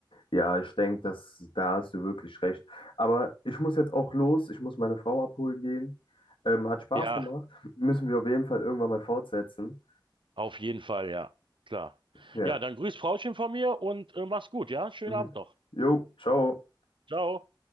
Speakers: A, on the left; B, on the right.
A: Ja, ich denke, dass da hast du wirklich recht. Aber ich muss jetzt auch los. Ich muss meine Frau abholen gehen. Ähm, hat Spaß
B: Ja,
A: gemacht. <laughs> Müssen wir auf jeden Fall irgendwann mal fortsetzen.
B: auf jeden Fall, ja, klar.
A: Ja.
B: Ja, dann grüß Frauchen von mir und äh, mach's gut, ja? Schönen
A: Mhm.
B: Abend noch.
A: Jo, ciao.
B: Ciao.